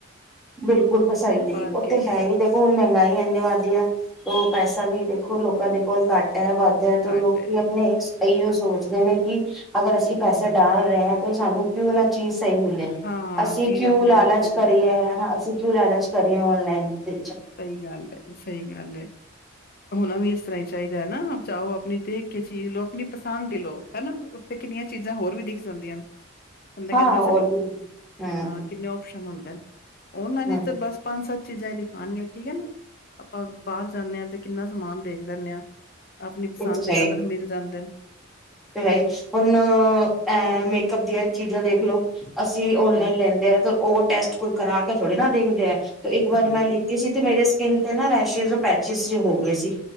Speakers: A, in the centre; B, on the left (about 50°).
A: ਬਿਲਕੁਲ ਤਸੱਲੀ
B: ਭਾਲ
A: ਓਹ
B: ਕੇ
A: ਤੇ ਹੈ ਹੀ ਦੇਖੋ ਹੁਣ ਮਹਿੰਗਾਈ ਐੰਨੀ ਵੱਦੀ ਆ ਓ ਪੈਸਾ ਵੀ ਦੇਖੋ ਲੋਕਾਂ ਦੇ ਕੋਲ ਘੱਟ ਘੱਟ ਹੈ ਵੱਧ ਹੈ ਤੇ
B: ਘੱਟ
A: ਲੋਕੀ
B: ਹੈ।
A: ਆਪਣੇ
B: ਸਹੀ
A: ਇਹੀਓ ਸੋਚਦੇ ਨੇ ਕਿ ਅਗਰ ਅਸੀਂ ਪੈਸੇ
B: ਹੂੰ,
A: ਡਾਲ ਰਹੇ ਹੈ ਤੇ ਸਾਨੂੰ ਕਿਉ ਨਾ ਚੀਜ਼ ਸਹੀ ਮਿਲੇ
B: ਹਾਂ
A: ਅਸੀਂ
B: ਚੀਜ਼
A: ਕਿਉ
B: ਆਪਣੀ
A: ਲਾਲਚ
B: ਮਰਜ਼ੀ ਦੀ
A: ਕਰੀਏ
B: ਮਿਲੇ
A: ਅਸੀਂ ਕਿਉਂ ਲਾਲਚ ਕਰਿਓ ਆਨਲਾਈਨ ਤੇ
B: ਸਹੀ ਗੱਲ ਹੈ ਸਹੀ ਗੱਲ ਹੈ ਹੋਣਾ ਵੀ ਇਸ ਤਰ੍ਹਾਂ ਹੀ ਚਾਹੀਦਾ ਹੈ ਚਾਹੋ ਆਪਣੀ ਦੇਖ ਕੇ ਚੀਜ਼ ਲਓ ਆਪਣੀ ਪਸੰਦ ਲਓ ਹਨਾ ਉੱਥੇ ਕਿੰਨੀਆਂ ਚੀਜ਼ਾਂ ਹੋਰ ਵੀ ਦਿਖ ਜਾਂਦੀਆਂ ਹਨ ਬਣਦਾ
A: ਹਾਂ
B: ਕਹਿੰਦਾ
A: ਹੋਰ
B: ਚਲੋ
A: ਵੀ ਹਮ
B: ਹਾਂ ਕਿੰਨੇ ਓਪਸ਼ਨ ਹੁੰਦੇ ਨੇ ਔਨਲਾਇਣ
A: ਹਮ
B: ਵਿੱਚ ਤਾਂ ਬਸ ਪੰਜ ਸਤ <unintelligible> ਆਣਗੇ ਠੀਕ ਹੈ ਨਾ ਆਪਾਂ ਬਾਹਰ ਜਾਂਦੇ ਹਾਂ ਤੇ ਕਿੰਨਾ ਸਮਾਨ ਦੇਖ ਲੈਂਦੇ ਹਾਂ ਆਪਣੀ ਪਸੰਦ
A: ਇਹ ਤਾਂ ਸਹੀ
B: ਦੇ ਕਲਰ ਮਿਲ ਜਾਂਦੇ ਨੇ
A: ਤੇ ਹੈ ਹੀ ਤੇ ਹੁਣ ਅ ਮੇਕਅਪ ਦੀ ਚੀਜ਼ਾਂ ਦੇਖਲੋ ਅਸੀਂ
B: ਹੂੰ,
A: ਔਨਲਾਈਨ
B: ਹੂੰ,
A: ਲੈਂਦੇ ਆ ਤੇ ਉਹ ਟੈਸਟ ਕੋਈ ਕਰਾ ਕੇ ਥੋੜੇ ਨਾ ਦੇਖਦੇ ਇੱਕ ਵਾਰੀ
B: ਹਾਂ,
A: ਮੈਂ ਲਿੱਤੀ ਸੀ ਤੇ ਮੇਰੇ ਤੇ ਨਾ ਰੈਸ਼ਿਸ ਪੈਚਿਸ ਹੋ ਗਏ ਸੀ